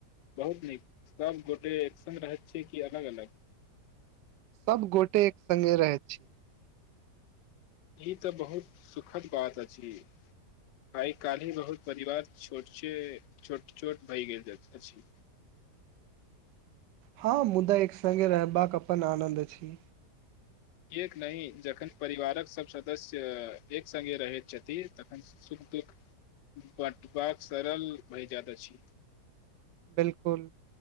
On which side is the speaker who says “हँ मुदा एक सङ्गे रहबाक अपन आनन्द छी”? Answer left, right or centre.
Right